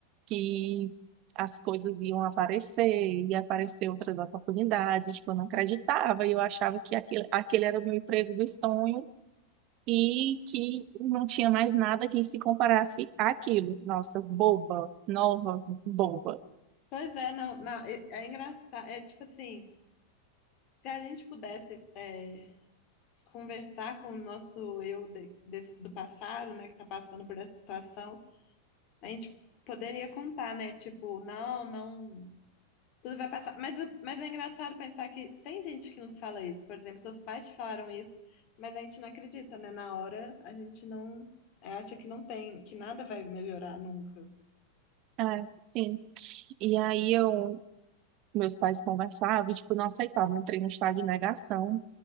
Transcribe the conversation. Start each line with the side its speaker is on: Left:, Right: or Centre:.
Right: que as coisas iam aparecer, ia aparecer outras oportunidades, tipo, eu não acreditava, e eu achava que aquele, aquele era o meu emprego dos sonhos e que não tinha mais nada que se comparasse àquilo. Nossa, boba, nova, boba.
Left: Pois é, não, não, é, é engraçado. É tipo assim, se a gente pudesse é, conversar com o nosso eu de- desse- do passado, né, que tá passando por essa situação, a gente poderia contar, né? Tipo, não, não, tudo vai passar. Mas, mas é engraçado pensar que tem gente que nos fala isso. Por exemplo, seus pais te falaram isso, mas a gente não acredita, né? Na hora, a gente não, é, acha que não tem, que nada vai melhorar nunca.
Right: É, sim. E aí eu meus pais conversavam e, tipo, não aceitavam. Eu Entrei no estado de negação.